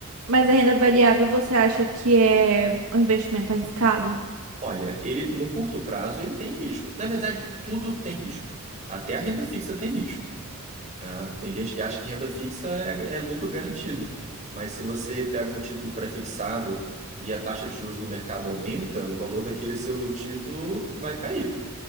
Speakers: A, on the right; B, on the right.
A: Mas a renda variável, você acha que é um investimento arriscado?
B: Olha, ele no curto prazo ele tem risco. Na verdade, tudo tem risco. Até a renda fixa tem risco. Tá? Tem gente que acha que renda fixa é, é lucro garantido, mas se você pega um título pré-fixado e a taxa de juros do mercado aumenta, o valor daquele seu título vai cair.